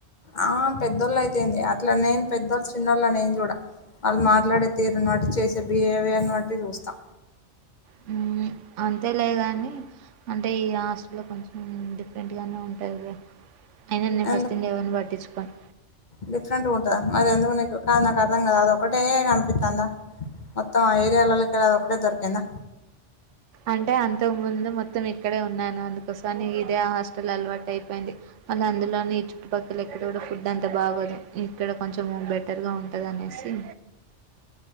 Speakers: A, on the left (about 45°); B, on the right (about 80°).
A: ఆ పెద్దోళ్ళు అయితేంది అట్లా నేను పెద్దోళ్ళు చిన్నోళ్ళ నేను చూడ వాళ్ళు మాట్లాడే తీరు బట్టి చేసే బిహేవియర్ బట్టి చూస్తా
B: హ అంతే లేదు కానీ అంటే ఈ హాస్టల్లో కొంచెం డిఫరెంట్గానే ఉంటది లే అయిన నేను
A: ఎందు
B: ఫస్ట్ ఇన్ల ఎవరిని పట్టించుకోను
A: డిఫరెంట్గా ఉంటుందా మరి ఎందుకు నీకు నాకు అర్థం కాదు అదకటే కనిపిస్తుందా మొత్తం ఆ ఏరియాలలోకి అది ఒక్కటే దొరికిందా
B: అంటే అంతకు ముందు మొత్తం ఇక్కడే ఉన్నాను అందుకోసంని ఇదే ఆ హాస్టల్ అలవాటు అయిపోయింది మళ్ళీ అందులోని చుట్టుపక్కల ఎక్కడ కూడా ఫుడ్ అంతా బాగోదు ఇక్కడ కొంచెం బెటర్ గా ఉంటది అనేసి